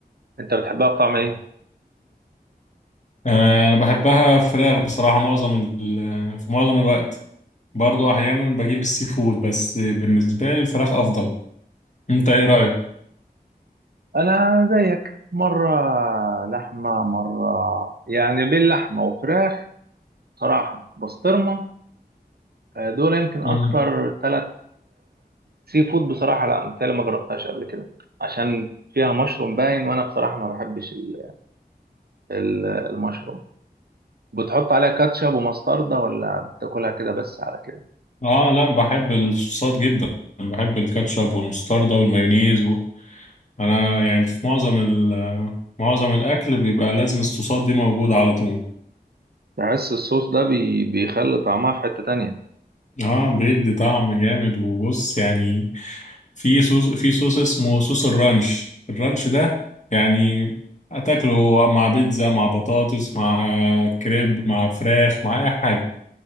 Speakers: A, on the right; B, on the left.
A: انت بتحبها بطعم ايه
B: آه انا بحبها فراخ بصراحه معظم ال- في معظم الوقت برضو احيانا بجيب السي فود بس بالنسبه لي الفراخ افضل انت ايه رايك
A: انا زيك مره لحمه مره يعني بين لحمه وفراخ صراحه بسطرمه آه، دول يمكن
B: مم.
A: اكتر ثلاث سي فود بصراحه لا متهيألي ما جربتهاش قبل كده عشان فيها مشروم باين وانا بصراحه ما بحبش ال- ال- المشروم بتحط عليها كاتشب ومستردة ولا بتاكلها كده بس على كده
B: اه لا بحب الصوصات جدا بحب الكاتشب والمستردة والمايونيز انا يعني في معظم ال معظم الاكل بيبقى لازم الصوصات دي موجوده على طول
A: بحس الصوص ده بي... بيخلي طعمها في حتة تانية
B: اه بيدي طعم جامد وبص يعني في صوص في صوص اسمه صوص الرانش الرانش ده يعني هتاكله مع بيتزا مع بطاطس مع كريب مع فراخ مع اي حاجه